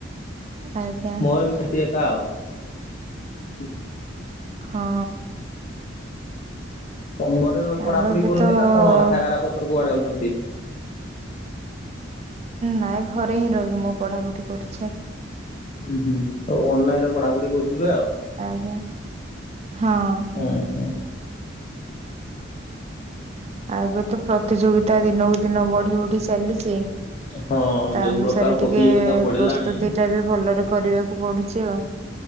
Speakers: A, on the right; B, on the left.
A: ଆଜ୍ଞା।
B: ମୋର ବି ସେମ୍ତି ଏକା ଆଉ।
A: ହଁ।
B: କଣ ଘରେ ରହି
A: ଆଉ
B: ପଢାପଢ଼ି
A: ଏବେ
B: କରନ୍ତି
A: ତ
B: ନା କଣ ପାଠାଗାରା ପତ୍ର କୁଆଡେ ଯାଉଛନ୍ତି?
A: ନାଇଁ ଘରେ ହିଁ ରହିକି ମୁଁ ପଢା ପଢି କରୁଛେଁ।
B: ହୁଁ ହୁଁ ହଉ ଅନଲାଇନ୍ ରେ ପଢା ପଢି କରୁଥିବେ ଆଉ।
A: ଆଜ୍ଞା। ହଁ।
B: ଉଁ ହୁଁ।
A: ଆଉ ଏବେ ତ ପ୍ରତିଯୋଗିତା ଦିନକୁ ଦିନ ବଢି ବଢି ଚାଲିଚି।
B: ହଁ
A: ତା
B: ଯୋଉ
A: ଅନୁସାରେ
B: ପ୍ରକାର ପ୍ରତିଯୋଗିତା
A: ଟିକେ
B: ବଢିଲାଣି
A: ପ୍ରସ୍ତୁତି ଟା ବି ଭଲରେ କରିବାକୁ ପଡୁଛି ଆଉ।